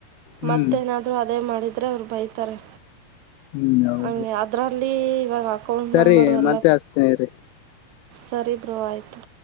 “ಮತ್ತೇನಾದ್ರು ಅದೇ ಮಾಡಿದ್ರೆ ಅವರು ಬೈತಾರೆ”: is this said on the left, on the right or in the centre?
Right